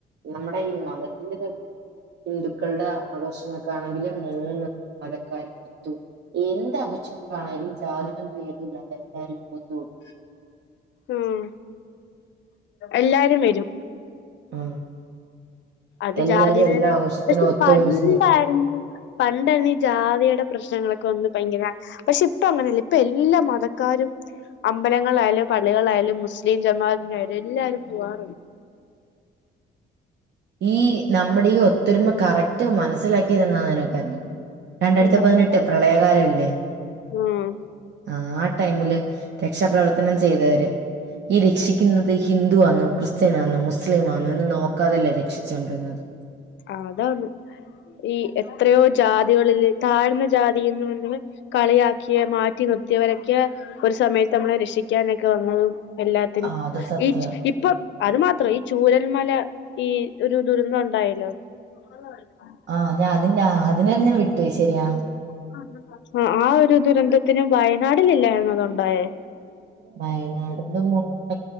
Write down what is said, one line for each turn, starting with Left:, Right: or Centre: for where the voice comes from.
Right: നമ്മുടെ ഈ മതത്തിന്റെത് ഹിന്ദുക്കളുടെ ആഘോഷം ഒക്കൊണെങ്കിൽ മൂന്ന് മതക്കാരും ത്തു എന്ത് ആഘോഷങ്ങളാണേലും ജാതി മത ബേദമില്ലാതെ എല്ലാരും വന്നോളും
Left: ഉം എല്ലാരും വരും
Right: ആഹ്
Left: അത്
Right: എല്ലാരും
Left: ജാതിടേണ്
Right: എല്ലാ ആഘോഷത്തിനും
Left: പക്ഷെ
Right: ഒത്തൊരുമിച്ച്
Left: പണ്ടായിരുന്ന്
Right: നിൽക്കും
Left: പണ്ടേര്ന്നു ഈ ജാതിയുടെ പ്രശ്നങ്ങളൊക്കെ ഒന്ന് ഭയങ്കര പക്ഷെ ഇപ്പൊ അങ്ങനെയല്ല ഇപ്പൊ എല്ലാ മതക്കാരും അമ്പലങ്ങളിലായാലും പള്ളികളിലായാലും മുസ്ലിം ജമാത്തിനായാലും എല്ലാരും പോകാറുണ്ട്
Right: ഈ നമ്മടെ ഈ ഒത്തൊരുമ കറക്റ്റ് മനസ്സിലാക്കിയതെന്നാന്ന് നിനക്കറിയൊ രണ്ടായിരത്തി
Left: എന്ന
Right: പതിനെട്ട്
Left: പ്രളയ
Right: പ്രളയകാലവില്ലേ
Left: ഉം
Right: ആഹ് ടൈമില് രക്ഷാപ്രവർത്തനം ചെയ്തവര് ഈ രക്ഷിക്ക്ന്നത് ഹിന്ദു ആന്നോ ക്രിസ്ത്യനാന്നോ മുസ്ലിമാന്നോ എന്ന് നോക്കാതെ എല്ലേ ര ക്ഷിച്ചോണ്ടിര്ന്നത്
Left: ആഹ് അതാന്ന് ഈ എത്രയോ ജാതികളില് താഴ്ന്ന ജാതീന്ന് പറഞ്ഞ്ക്ണ് കളിയാക്കിയെ മാറ്റി നിർത്തിയവരെക്കെ ഒര് സമയത്ത് നമ്മളെ രക്ഷിക്കാനെക്കെ വന്നു എല്ലാത്തിനും
Right: ആ അത് സത്യ
Left: ഈ ഇപ്പൊ അത് മാത്രം ഈ ചൂരൽ മല ഈ ഒരു ദുരന്തം ഉണ്ടായല്ലോ <unintelligible>
Right: ആഹ് ഞാ അതിന്റാ അതിന്റെ കാര്യം ഞാൻ വിട്ടുപോയി ശെരിയാ
Left: <unintelligible> ആഹ് ആഹ്ഒരു ദുരന്തത്തിനും വയനാടിലെല്ലായിരുന്നോ അതുണ്ടായേ
Right: വയനാടിന്റെ മുട്ട